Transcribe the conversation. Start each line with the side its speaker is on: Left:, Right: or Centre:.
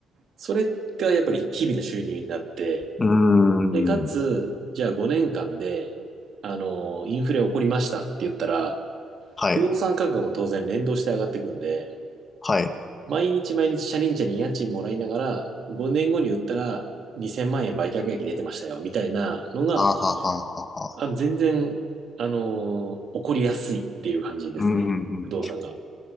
Right: それがやっぱり日々の収入になって、
Left: ーん、
Right: で、かつ、じゃあ5年間で、あの、インフレ起こりましたって言ったら、
Left: はい、
Right: 不動産価格も当然連動して上がってくんで、
Left: はい、
Right: 毎日毎日チャリンチャリン家賃もらいながら、5年後に売ったら2000万円売却益出てましたよ、みたいなのが、
Left: あはははは、
Right: あの全然、あのー起こりやすいっていう感じですね。
Left: うん、うん、うん、
Right: 不動産が。